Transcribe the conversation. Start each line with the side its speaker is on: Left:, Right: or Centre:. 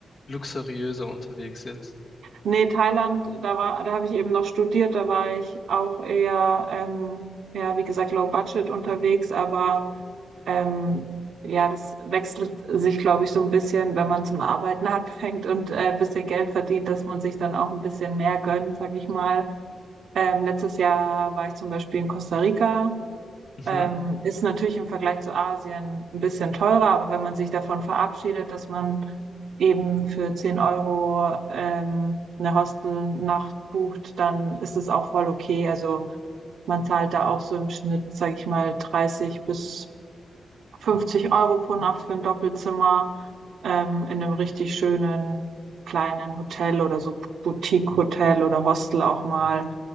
Left: luxuriöser unterwegs jetzt?
Right: Nee, Thailand, da war, da habe ich eben noch studiert, da war ich auch eher, ähm, ja, wie gesagt, low budget unterwegs, aber ähm, ja, das wechselt sich, glaube ich, so ein bisschen, wenn man zum Arbeiten <laughs> anfängt und äh, ein bisschen Geld verdient, dass man sich dann auch ein bisschen mehr gönnt, sag ich mal. Ähm, letztes Jahr war ich zum Beispiel in Costa Rica
Left: Mhm.
Right: ähm, ist natürlich im Vergleich zu Asien ein bisschen teurer, aber wenn man sich davon verabschiedet, dass man eben für 10 Euro ähm, eine Hostelnacht bucht, dann ist es auch voll okay. Also man zahlt da auch so im Schnitt, sage ich mal, 30 bis 50 Euro pro Nacht für ein Doppelzimmer ähm, in einem richtig schönen kleinen Hotel oder so Boutique-Hotel oder Hostel auch mal.